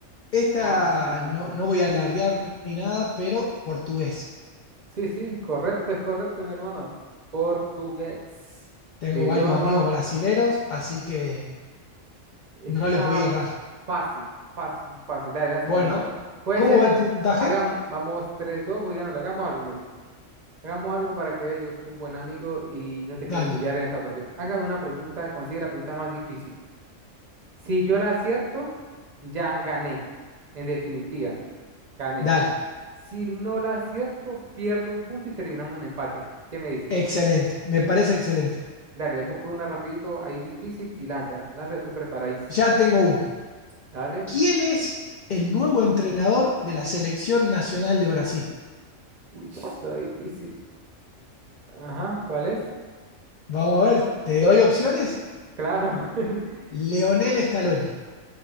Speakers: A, on the left (about 75°); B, on the right (about 45°).
A: esta
B: Facilita.
A: no, no voy a alardear ni nada, pero portugués.
B: Sí, sí, correcto, es correcto, mi hermano. Portugués.
A: Tengo
B: El idioma,
A: varios amigos brasileros, así que
B: es
A: no
B: que está
A: le podía errar.
B: fácil, fácil, fácil. Dale, lánzame
A: Bueno,
B: una. Puede
A: ¿cómo
B: ser,
A: va el puntaje?
B: ha- hagamos, vamos tres, dos, voy ganando. Hagamos algo, mire. Hagamos algo para que vea, yo soy un buen amigo y no te
A: Dale,
B: quiero humillar en esta ocasión. Hágame una pregunta, consigue la pregunta más difícil. Si yo la acierto, ya gané. En definitiva, gané.
A: dale.
B: Si no la acierto, pierdo un punto y terminamos en empate. ¿Qué me dices?
A: Excelente, me parece excelente.
B: Dale, busca una rapidito ahí difícil y lánzala. Lánzala, estoy preparadísimo.
A: Ya tengo una.
B: Dale.
A: ¿Quién es el nuevo entrenador de la Selección Nacional de Brasil?
B: Uy, está difícil. Ajá, ¿cuál es?
A: Vamos a ver, te doy opciones.
B: Claro. <laughs>
A: Leonel Scaloni.